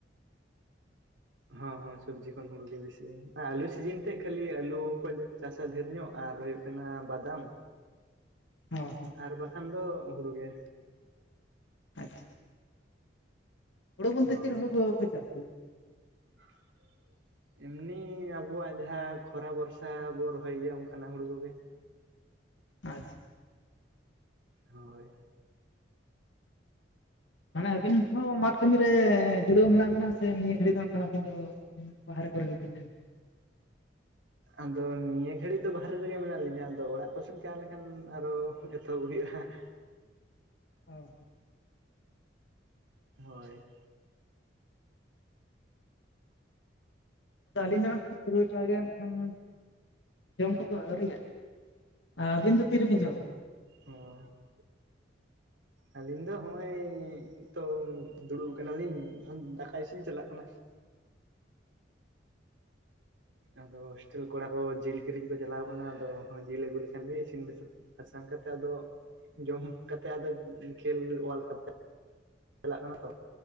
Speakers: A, on the right; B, on the left.
A: ᱦᱮᱸ ᱦᱮᱸ ᱥᱚᱵᱽᱡᱤ ᱠᱷᱚᱱ ᱦᱩᱲᱩ ᱜᱮ ᱵᱤᱥᱤ ᱟᱞᱩ ᱥᱤᱡᱤᱱ ᱛᱮ ᱠᱷᱟᱹᱞᱤ ᱟᱞᱩ ᱠᱚ ᱪᱟᱥᱟ ᱰᱷᱮᱨ ᱧᱚᱜ ᱟᱨ ᱦᱩᱭᱩᱜ ᱠᱟᱱᱟ ᱚᱱᱟ ᱵᱟᱫᱟᱢ
B: ᱦᱮ ᱦᱮᱸ
A: ᱟᱨ ᱵᱟᱠᱷᱟᱱ ᱫᱚ ᱦᱩᱲᱩ ᱜᱮ
B: ᱟᱪᱪᱷᱟ ᱦᱳᱲᱩ ᱵᱚᱞᱛᱮ
A: ᱦᱳᱭ
B: ᱪᱮᱫ ᱦᱳᱲᱩ ᱵᱟᱯᱮ ᱪᱟᱥ ᱜᱮᱭᱟ?
A: <unintelligible> ᱮᱢᱱᱤ ᱟᱵᱚᱣᱟᱜ ᱡᱟᱦᱟᱸ ᱠᱷᱚᱨᱟ ᱵᱷᱚᱨᱥᱟ ᱵᱚ ᱨᱚᱦᱚᱭ ᱜᱮᱭᱟ ᱚᱱᱠᱟᱱᱟᱜ ᱦᱩᱲᱩ ᱠᱚᱜᱮ
B: ᱟᱪᱪᱷᱟ
A: ᱦᱳᱭ
B: ᱢᱟᱱᱮ ᱟᱹᱵᱤᱱ ᱦᱚᱸ ᱢᱟᱴᱷ ᱠᱟᱹᱢᱤᱨ ᱨᱮ ᱡᱩᱲᱟᱹᱣ ᱢᱮᱱᱟᱜ ᱵᱤᱱᱟ ᱥᱮ ᱱᱤᱭᱟᱹ ᱜᱷᱟᱹᱲᱤᱡ ᱫᱚ ᱠᱷ ᱟᱹᱵᱤᱱ ᱫᱚ ᱯᱟᱦᱟᱨ ᱠᱚᱨᱮ ᱜᱮ ᱵᱮᱱ ᱛᱟᱦᱮᱱᱟ
A: ᱟᱫᱚ ᱱᱤᱭᱟᱹ ᱜᱷᱟᱹᱲᱤᱡ ᱫᱚ ᱵᱟᱦᱦᱨᱮ ᱨᱮᱜᱮ ᱢᱮᱱᱟᱜ ᱞᱤᱧᱟᱹ ᱟᱫᱚ ᱚᱲᱟᱜ ᱠᱚᱥᱱ ᱪᱟᱣ ᱞᱮᱱᱠᱷᱟᱱ ᱟᱨᱚ <unintelligible> ᱛᱚ ᱦᱩᱭᱩᱜᱼᱟ ᱦᱟᱸᱜ
B: ᱦᱟᱸ
A: ᱦᱳᱭ
B: ᱟᱹᱞᱤᱧ <unintelligible> ᱴᱟᱜᱮ ᱱᱟᱜ ᱠᱷᱟᱱ ᱡᱚᱢ ᱠᱚᱫᱚ ᱟᱹᱣᱨᱤᱭᱟᱜ ᱟᱨ ᱟᱹᱵᱤᱱ ᱫᱚ ᱛᱤᱨᱮᱵᱤᱱ ᱡᱚᱢᱟ?
A: ᱚ <unintelligible> ᱟᱹᱞᱤᱧ ᱫᱚ ᱦᱚᱜᱼ ᱚᱭ ᱛᱚ ᱫᱩᱲᱩᱵ ᱠᱟᱱᱟᱞᱤᱧ ᱫᱟᱠᱟᱭ ᱤᱥᱤᱱ ᱪᱟᱞᱟᱜ ᱠᱟᱱᱟ ᱾ ᱟᱫᱚ ᱦᱳᱥᱴᱮᱞ ᱠᱚᱲᱟ ᱠᱚ ᱡᱤᱞ ᱠᱤᱨᱤᱧ ᱠᱚ ᱪᱟᱞᱟᱣ ᱟᱠᱟᱱᱟ ᱟᱫᱚ ᱡᱤᱞ ᱟᱹᱜᱩ ᱞᱮᱠᱷᱟᱱ ᱜᱮ ᱤᱥᱤᱱ ᱵᱟᱥᱚ ᱟᱨᱥ ᱠᱟᱛᱮᱮᱫ ᱟᱫᱚ ᱡᱚᱢ ᱠᱟᱛᱮ ᱟᱫᱚ ᱠᱷᱮᱞ ᱚᱟᱨᱞᱰ ᱠᱟᱯ <unintelligible> ᱪᱟᱞᱟᱜ ᱠᱟᱱᱟ ᱛᱚ